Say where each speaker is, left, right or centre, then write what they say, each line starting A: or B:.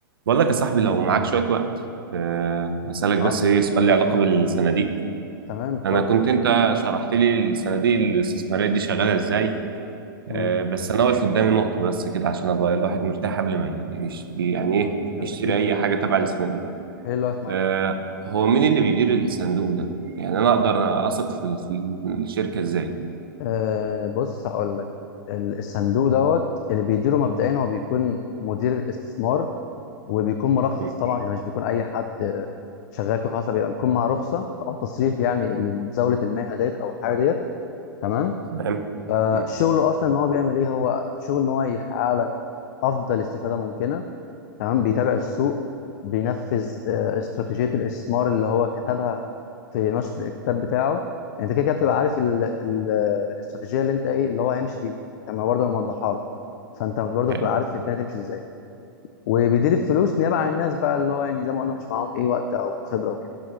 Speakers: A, on the right (about 70°); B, on the left (about 50°).
A: بقول لك يا صاحبي لو معاك شوية وقت أه هسألك بس
B: اه
A: إيه سؤال
B: أيوة.
A: لي علاقة بالصناديق
B: تمام اتفضل
A: أنا كنت أنت شرحت لي الصناديق الاستثمارية دي شغالة إزاي
B: مم.
A: أه بس أنا واقف قدامي نقطة بس كده عشان أبقى الواحد مرتاح قبل ما يشتري يعني
B: اه
A: إيه
B: تمام
A: يشتري
B: اكيد
A: أي
B: اكيد
A: حاجة تبع الصناديق
B: ايه اللي واقف معاك
A: أه هو مين اللي بيدير الصندوق ده؟ يعني أنا أقدر أثق في, ال- في الشركة إزاي؟
B: آه بص هقول لك ال- الصندوق دوت اللي بيديره مبدئيا هو بيكون مدير الاستثمار وبيكون مرخص
A: مم،
B: طبعا يعني مش بيكون اي حد آه، شغال كده خلاص بيبقى بيكون مع رخصه او تصريح يعني مزاوله المهنه ديت او الحاجه ديت تمام
A: تمام
B: فشغله
A: مم،
B: اصلا ان هو بيعمل ايه هو شغل ان هو يحقق لك افضل استفاده ممكنه تمام بيتابع السوق بينفذ آه، استراتيجية الاستثمار اللي هو كتبها في نشر الكتاب بتاعه يعني انت كده كده بتبقى عارف ال- ال- الاستراتيجية اللي انت ايه اللي هو هيمشي بيها تمام برضه موضحها لك فانت برضه
A: حلو
B: بتبقى عارف الدنيا تمشي ازاي وبيدير الفلوس نيابة عن الناس بقى اللي هو يعني زي ما قلنا مش معاهم ايه وقت او خبرة وكده